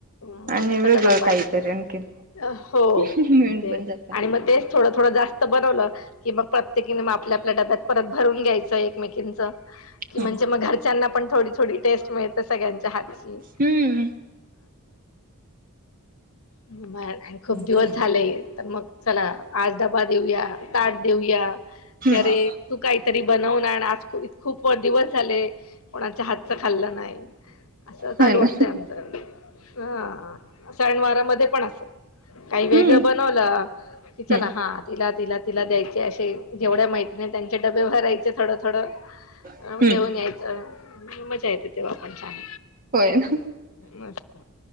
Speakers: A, on the left; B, on the right.
A: मग
B: आणि वेगळं
A: त डबा पार्टी
B: काहीतरी
A: करायला
B: आणखीन
A: हो
B: मिळून
A: मग ते
B: पण जात.
A: मग तेच थोडं थोडं जास्त बनवलं कि मग प्रत्येकीने मग आपल्या आपल्या डाब्यात परत भरून घ्यायचं एकमेकींचं कि
B: हम्म
A: म्हणजे मग घरच्यांना पण थोडी थोडी टेस्ट मिळते सगळ्यांच्या हातची
B: हम्म
A: ब आणि खूप दिवस
B: छानच असत.
A: झालेय तर मग चला आज डबा देऊया ताट देऊया
B: हम्म
A: की अरे तू काहीतरी बनवून आण आज खूप दिवस झाले कोणाच्या हातचं खाल्लं नाही असं चालू
B: होय ना
A: असतंय आमचं. हा सनवारामध्येध्ये पण असत काही
B: हम्म
A: वेगळं बनवलं. की चला
B: हम्म
A: हा तिला तिला तिला द्यायचे असे जेवढ्या माहिती नाही त्यांचे डबे भरायचे. थोडं थोडं
B: हम्म
A: देऊन यायचं मजा येते तेव्हा आपण छान.
B: होय ना
A: मस्त